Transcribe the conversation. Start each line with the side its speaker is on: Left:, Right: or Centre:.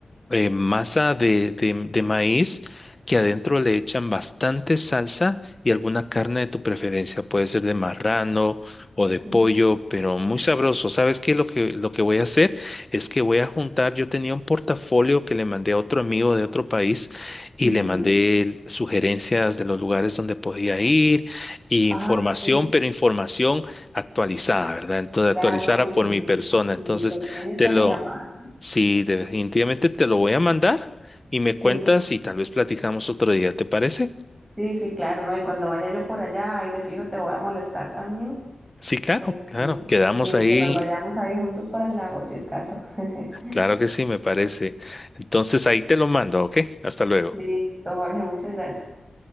Left: eh, masa de, de- de maíz que adentro le echan bastante salsa y alguna carne de tu preferencia. Puede ser de marrano o de pollo,
Right: Ujú,
Left: pero muy sabroso. ¿Sabes qué? Lo que, lo que voy a hacer es que voy a juntar. Yo tenía un portafolio que le mandé a otro amigo de otro país y
Right: ujú.
Left: le mandé sugerencias de los lugares donde podía ir y
Right: Ah,
Left: información,
Right: sí,
Left: pero información actualizada, ¿verdad? Entonces,
Right: claro,
Left: actualizada
Right: no, si
Left: por
Right: lo,
Left: mi persona.
Right: si
Left: Entonces,
Right: lo tienes
Left: te
Right: ahí
Left: lo,
Right: a mano.
Left: sí, definitivamente te lo voy a mandar y me
Right: Sí,
Left: cuentas y tal vez platicamos otro día, ¿te parece?
Right: sí, sí, claro, no. Y cuando vaya yo por allá, ahí de fijo te voy a molestar también.
Left: Sí, claro,
Right: Este,
Left: claro. Quedamos
Right: y
Left: ahí.
Right: que nos vayamos ahí juntos para el lago, si es caso. <laughs>
Left: Claro que sí, me parece. Entonces, ahí te lo mando, ¿ok? Hasta luego.
Right: Listo, Jorge, muchas gracias.